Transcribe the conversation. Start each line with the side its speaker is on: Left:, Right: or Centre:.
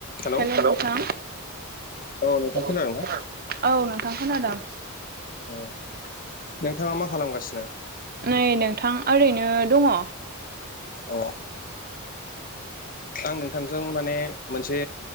Left: Hello
Right: hello नोंथां
Left: औ नोंथां
Right: औ
Left: खोनादों ना
Right: नोंथां खोनादों।
Left: अ नोंथाङा मा खालामगासिनो?
Right: नै नोंथां ओरैनो दङ।
Left: अ। आं नोंथांजों माने मोनसे